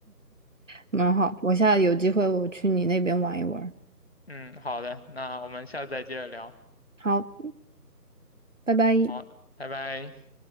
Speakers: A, on the right (about 50°); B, on the left (about 35°).
A: 蛮好。我下次有机会我去你那边玩一玩。
B: 嗯，好的，那我们下次再接着聊。
A: 好，拜拜。
B: 好，拜拜。